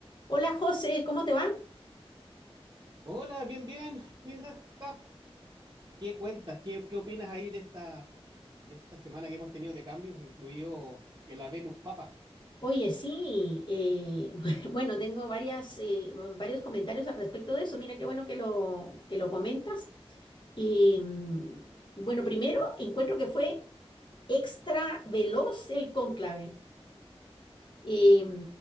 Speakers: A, on the left; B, on the right.
A: Hola José, ¿cómo te va?
B: Hola, bien, bien, Mirra. Ah, ¿Qué cuentas? ¿Qué, qué opinas ahí de esta, de esta semana que hemos tenido de cambios, incluido el Habemus Papa?
A: Oye, sí, eh, <laughs> bueno, tengo varias, eh, varios comentarios al respecto de eso. Mira, qué bueno que lo, que lo comentas. Y, mm, bueno, primero, encuentro que fue extra veloz el cónclave. Eh,